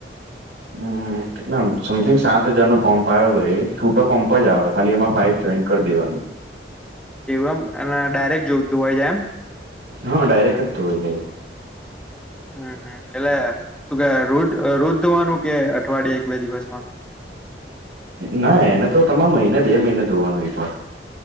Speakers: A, on the right (about 90°); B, in the centre.
A: હમ કેટલામ સમથિંગ સાત હજાર નો પંપ આવ્યો હતો એ છૂટો પંપ જ આવે ખાલી એમાં પાઈપ. જોઈન કરી દેવાનું.
B: એવું એમ ડાયરેક્ટ ધોવાઈ જાય એમ.
A: હા ડાયરેક્ટ જ ધોવાઈ જાય.
B: હમ હ એટલે શું કે રોજ ધવાનું કે અઠવાડિયે એક બે દિવસમાં.
A: ના એને તો તમારે મહિને બે મહિને ધોવાનું હો પણ.